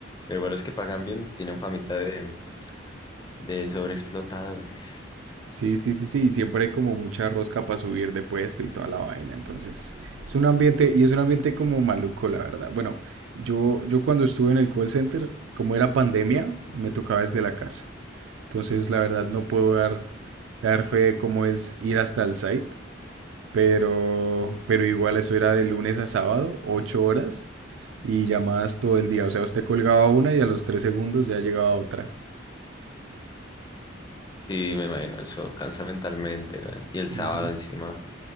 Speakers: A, on the left (about 20°); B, on the right (about 80°).
A: pero igual los que pagan bien tienen famita de, de sobreexplotadores.
B: Sí, sí, sí, sí, y siempre hay como mucha rosca para subir de puesto y toda la vaina, entonces es un ambiente, y es un ambiente como maluco, la verdad. Bueno, yo, yo cuando estuve en el call center, como era pandemia, me tocaba desde la casa. Entonces, la verdad, no puedo dar, dar fe de cómo es ir hasta el site, pero, pero igual eso era de lunes a sábado, ocho horas y llamadas todo el día. O sea, usted colgaba una y a los tres segundos ya llegaba otra.
A: Sí, me imagino, eso cansa mentalmente, weón. Y el sábado
B: Ujú.
A: encima.